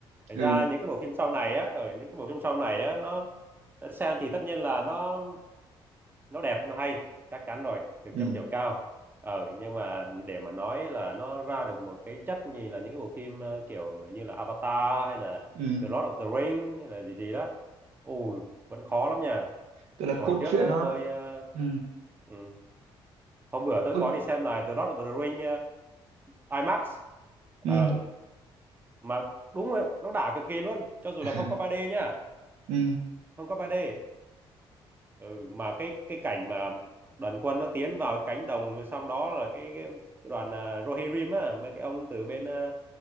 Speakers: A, on the right; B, on the right.
A: Thành
B: ừ
A: ra những cái bộ phim sau này á ở những cái bộ phim sau này á nó nó xem thì tất nhiên là nó nó đẹp nó hay chắc chắn rồi được
B: ừ
A: chấm điểm cao ờ nhưng mà để mà nói là nó ra được một cái chất như là những cái bộ phim ờ, kiểu như là Avatar hay là
B: ừ
A: The Lord of the Ring hay là gì gì đó ui vẫn khó lắm nha
B: tức là
A: hồi
B: cốt
A: trước
B: truyện
A: á
B: nó
A: tôi ờ,
B: ừ
A: ừ, hôm bữa tôi
B: cốt
A: có đi xem lại The Lord of the Ring ờ, IMAX ờ
B: ừ
A: mà đúng rồi nó đã cực kỳ luôn cho dù
B: <laughs>
A: là không có 3D nha
B: ừ
A: không có 3D ừ, mà cái cái cảnh mà đoàn quân nó tiến vào cái cánh đồng xong đó là cái, cái đoàn uh, Rohirrim á mấy cái ông từ bên à,